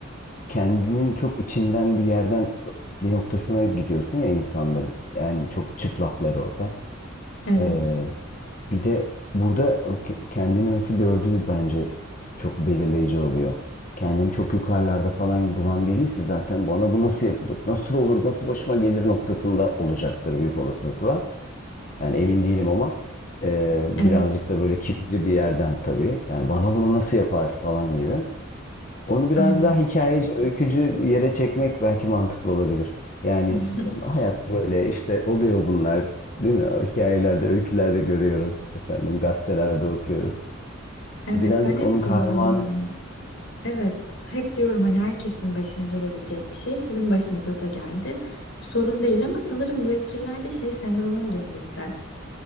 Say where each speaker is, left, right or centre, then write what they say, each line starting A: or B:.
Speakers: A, on the left; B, on the left.
A: kendinin çok içinden bir yerden bir noktasına gidiyorsun ya insanların. Yani çok çıplaklar orada.
B: Evet,
A: Eee, bir de burada o ke- kendini nasıl gördüğü bence çok belirleyici oluyor. Kendini çok yukarılarda falan bulan biriyse zaten bana bu nasıl yapılır, nasıl olur, nasıl başıma gelir noktasında olacaktır büyük olasılıkla. Yani emin değilim ama eee, birazcık
B: evet,
A: da böyle kibirli bir yerden tabii. Yani bana bunu nasıl yapar falan gibi. Onu biraz
B: aynen.
A: daha hikayeci, öykücü bir yere çekmek belki mantıklı olabilir. Yani
B: <laughs>
A: hayat böyle işte oluyor bunlar, değil mi? O Hikayelerde, öykülerde görüyoruz efendim, gazetelerde okuyoruz.
B: Evet,
A: Birazcık
B: ben hep
A: onun kahramanı,
B: diyorum yani. Evet, hep diyorum hani herkesin başına gelebilecek bir şey sizin başınıza da geldi. Sorun değil ama sanırım müvekkillerde şey sendromu oluyor bizde.